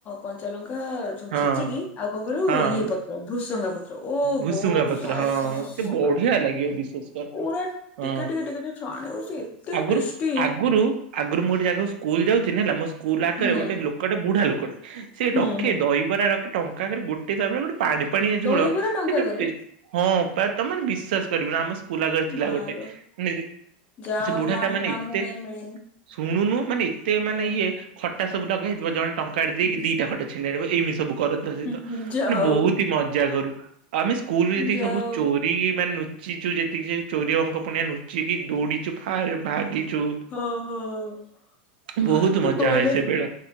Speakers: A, on the left (about 30°); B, on the right (about 75°).
A: କଞ୍ଚାଲଙ୍କା ସବୁ
B: ହଁ
A: ଛେଚିକି ଆଉ କଣ କହିଲୁ
B: ହଁ
A: ଇଏ ପତ୍ର ଭୃସଙ୍ଗା ପତ୍ର ଓହୋ
B: ଭୁସୁଙ୍ଗା ପତ୍ର
A: ଭାଇ
B: ହଁ
A: ସାହାବ
B: କି
A: ହଁ
B: ବଢିଆ
A: ପା
B: ଲାଗିବ ବିଶ୍ଵାସ୍ କର୍।
A: ପୁରା
B: ହଁ
A: ଟିକେ ଟିକେ ଟିକେ ଟିକେ ଛାଣିବୁ ସେ ଏତେ
B: ଆଗୁରୁ
A: ଟେଷ୍ଟି
B: ଅଗୁରୁ ଆଗୁରୁ ମୁଁ ଗୋଟେ ଯାଗାକୁ ସୁ ସ୍କୁଲ ଯାଉଥିନି ହେଲା ମୋ ସ୍କୁଲ ଆଗେରେ
A: ହୁଁ
B: ଗୋଟେ ଲୋକଟେ ବୁଢା ଲୋକଟେ ସେ
A: ହୁଁ
B: ରଖେ
A: ହୁଁ।
B: ଦହି ରା ରଖେ ଟଙ୍କାକରେ ଗୋଟେ ଦହିବରା ଗୋଟେ ପାଣିପାଣିଆ ଝୋଳ
A: ଦହିବରା ଟଙ୍କା
B: ସେ ଯୋଉ
A: କରେ
B: ଟେଷ ହଁ ପ୍ରାୟ ତମେ ମାନେ ବିଶ୍ଵାସ କରିବନ ଆମ ସ୍ ସ୍କୁଲ ଆଗରେ ଥିଲା
A: ମାଲୋ
B: ଗୋଟେ ନି-ସେ
A: ଯାହା
B: ବୁଢା
A: ହଉ
B: ଟା
A: ଆମେ
B: ମାନେ ଏତେ
A: ଆମକୁ କାହିଁ ମିଳିନି।
B: ଶୁଣୁନୁ ମାନେ ଏତେ ମାନେ
A: ହୁଁ
B: ଇଏ ଖଟା ସବୁ ଲଗା ହେଇଥିବ ଜଣେ ଟଙ୍କାଟେ ଦେଇକି
A: ହୁଁ
B: ଦିଟା ଖଟା ଚି ଛିଣ୍ଡେଇଦବ ଏମିତି ସବୁ କରନ୍ତି ତା ସହିତ
A: ହୁଁ
B: ମାନେ
A: ହୁଁ ଯାଉ
B: ବହୁତି ମଜା ଜାଗରୁ ଆମେ ସ୍କୁଲରେ ଯେତିକି
A: ଯାଉ
B: ସବୁ ଚୋରି କି ମାନେ ନୁଚିଚୁ ଯେତିକି ସେ ଚୋରି ଅଙ୍କ ପଣିଆ ନୁଚିକି ଦୌଡିଚୁ ଫାଳେ ଭାଗିଚୁ
A: ହଁ ହଁ ଅ
B: ବହୁତ
A: ତୁ
B: ମଜା
A: କଣ
B: ହୁଏ ସେ ବେଳ